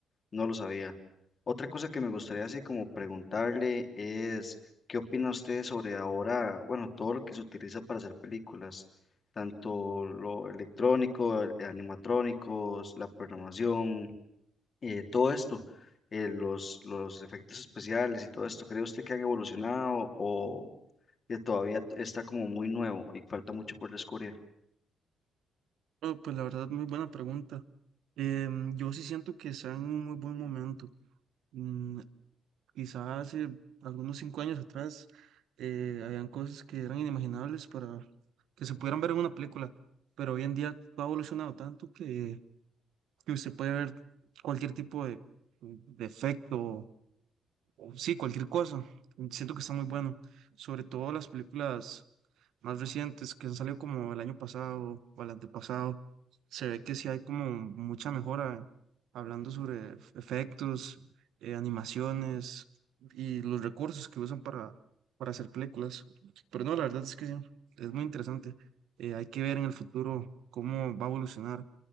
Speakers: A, on the left (about 40°); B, on the right (about 80°).
A: no lo sabía. Otra cosa que me gustaría así como preguntarle es, ¿qué opina usted sobre ahora, bueno, todo lo que se utiliza para hacer películas, tanto lo electrónico, el- animatrónicos, la programación, eh, todo esto, eh, los, los efectos especiales y todo esto, ¿cree usted que han evolucionado o que todavía t- está como muy nuevo y falta mucho por descubrir.
B: Oh, pues la verdad, muy buena pregunta. Em, yo sí siento que está en un muy buen momento. Mm, quizá hace algunos cinco años atrás eh, habían cosas que eran inimaginables para que se pudieran ver en una película, pero hoy en día todo ha evolucionado tanto que, que usted puede ver cualquier tipo de, de efecto o sí, cualquier cosa. Siento que está muy bueno, sobre todo las películas más recientes que han salido como el año pasado o el antepasado, se ve que sí hay como mucha mejora hablando sobre ef- efectos, eh, animaciones y los recursos que usan para, para hacer películas. Pero no, la verdad es que sí, es muy interesante. Eh, hay que ver en el futuro cómo va a evolucionar,